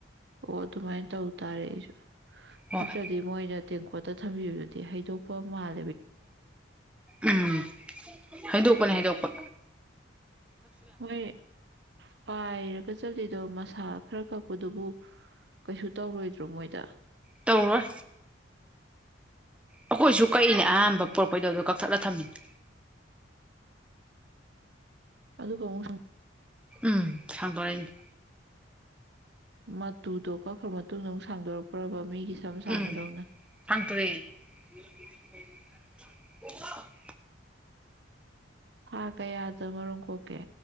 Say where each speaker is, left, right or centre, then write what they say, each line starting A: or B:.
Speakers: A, on the right (about 60°); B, in the centre.
A: ꯑꯣ ꯑꯗꯨ ꯃꯥꯏ ꯇꯧ ꯇꯔꯦ ꯑꯩꯖꯨ ꯫
B: ꯍꯣꯏ
A: ꯅꯥꯠꯇꯔꯗꯤ ꯃꯣꯏꯅ ꯇꯦꯡꯀꯣꯠꯇ ꯊꯝꯕꯤꯕꯗꯨꯗꯤ ꯍꯩꯗꯣꯛꯄ ꯃꯥꯜ
B: ꯎꯝ ꯍꯩꯗꯣꯛꯄꯅꯦ ꯍꯩ ꯗꯣꯛ <inaudible>
A: ꯍꯣꯏ ꯄꯥꯏꯔꯒ ꯆꯠꯂꯤꯗꯣ ꯃꯁꯥ ꯈꯔ ꯀꯛꯄꯗꯨꯕꯨ ꯀꯩꯁꯨ ꯇꯧꯔꯣꯏꯗ꯭ꯔꯣ ꯃꯣꯏꯗ?
B: ꯇꯧꯔꯣꯏ꯫ ꯑꯩꯈꯣꯏꯁꯨ ꯀꯛꯏꯅꯦ ꯑꯍꯥꯟꯕ ꯄꯨꯔꯛꯄꯩꯗꯣ ꯑꯗ ꯀꯛꯊꯠꯂ ꯊꯝꯃꯤꯅꯦ꯫
A: ꯑꯗꯨꯒ ꯑꯃꯨꯛ ꯁ
B: ꯎꯝ ꯁꯥꯡꯗꯣꯔꯩꯅꯤ꯫
A: ꯃꯇꯨꯗꯣ ꯀꯛꯈ꯭ꯔ ꯃꯇꯨꯡꯗ ꯑꯃ ꯍꯥꯡꯗꯣꯔꯛ ꯄꯔ꯭ꯕ ꯃꯤꯒꯤ ꯁꯝ ꯁꯥꯡꯕꯗꯧꯅ
B: ꯎꯝ ꯍꯪ ꯇꯋꯦ꯫ <unintelligible>
A: ꯍꯊꯥ ꯀꯌꯥꯗ ꯃꯔꯨꯝ ꯀꯣꯛ <unintelligible>